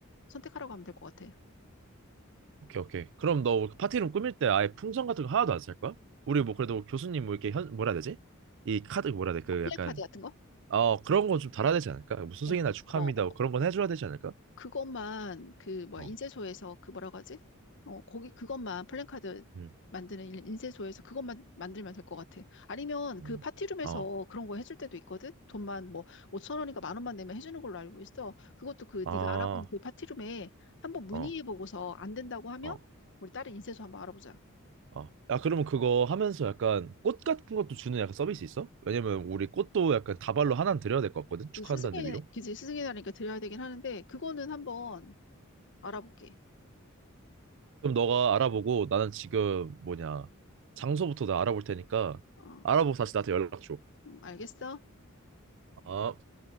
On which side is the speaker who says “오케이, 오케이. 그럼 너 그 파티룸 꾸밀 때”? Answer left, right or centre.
Right